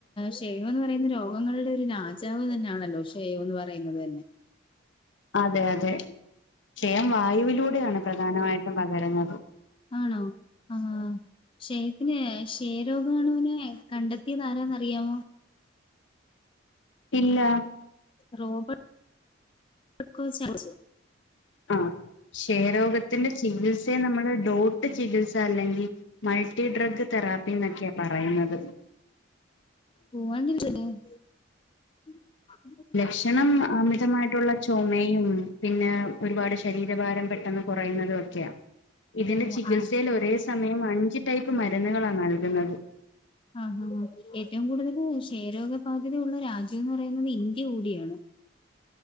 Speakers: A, on the left; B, on the left.
A: ഷെയോ ന്ന് പറയുന്ന രോഗങ്ങളുടെ ഒരു രാജാവ് തന്നണല്ലോ ഷെയോ ന്ന് പറയുന്നത് തന്നെ.
B: അതെ അതെ ക്ഷയം വായുവിലൂടെയാണ് പ്രധാനമായിട്ടും പകരുന്നത്.
A: ആണോ ആഹാ.. ആഹ് ക്ഷയത്തിന് ക്ഷയരോഗണൂനെ കണ്ടെത്തിയത് ആരാന്ന്റിയാമോ?
B: ഇല്ല.
A: റോബർട്ട് <unintelligible>
B: ആഹ് ക്ഷയരോഗത്തിന്റെ ചികിത്സയെ നമ്മള് ഡോട്ട് ചികിത്സ അല്ലെങ്കി മൾട്ടി ഡ്രഗ് തെറാപ്പി ന്നൊക്ക്യ പറയ്ന്നത്.
A: പോവാ <unintelligible>
B: ലക്ഷണം അമിതമായിട്ടുള്ള ചൊമയും പിന്നെ ഒരുപാട് ശരീരഭാരം പെ ട്ടെന്ന് കുറയുന്നതു ഒക്ക്യ ഇതിന്റെ
A: ഓ
B: ചികിത്സയിൽ
A: ആ
B: ഒരെ സമയം അഞ്ച് ടൈപ്പ് മരുന്നുകളാ നൽക്ന്നത്.
A: ആ ഹാ ഹാ ഏറ്റവും കൂടുതല് ക്ഷയരോഗബാധ്യത ഉള്ള രാജ്യം ന്ന് പറയുന്നത് ഇന്ത്യ കൂടിയാണ്.